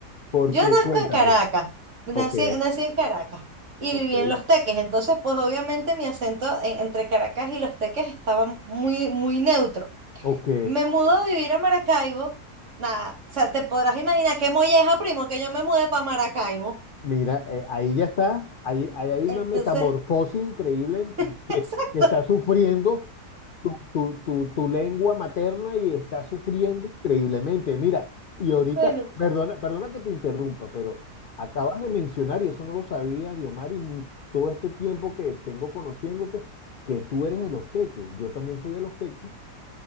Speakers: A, on the left (about 85°); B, on the right (about 50°).
A: porque
B: Yo nazco
A: cuéntame.
B: en Caracas, nací,
A: Ok,
B: en- nací en Caracas y
A: ok,
B: viví en Los Teques, entonces pues obviamente mi acento en- entre Caracas y Los Teques estaba muy, muy neutro.
A: ok.
B: Me mudo a vivir a Maracaibo. Nada, o sea, te podrás imaginar qué molleja, primo, que yo me mudé para Maracaibo.
A: Mira, eh, ahí ya está, ahí, ahí hay
B: Entonces,
A: una metamorfosis increíble
B: <laughs>
A: que,
B: exacto.
A: que está sufriendo tu, tu- tu- tu lengua materna y está sufriendo increíblemente. Mira, y ahorita,
B: Bueno,
A: perdona, perdona que te interrumpa, pero acabas de mencionar, y eso no lo sabía, Diomar, y m- todo este tiempo que tengo conociéndote, que tú eres de los teques, yo también soy de los teques,